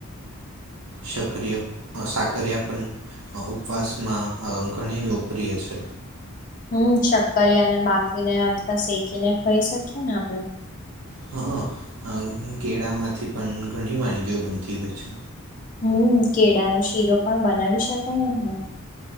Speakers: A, on the right; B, on the left.
A: હ સક્રિય સાકરિયા પણ ઉપવાસમાં ઘણી લોકપ્રિય છે
B: હમ શક્કરિયાને બાફીને અથવા શેકીને ખાઈ શકીએ ને આપડે
A: હા કેળામાંથી પણ ઘણી વાનગીઓ બનતી હોય છે
B: હમ કેળા ન શીરો પણ બનાવી શકાય ને હ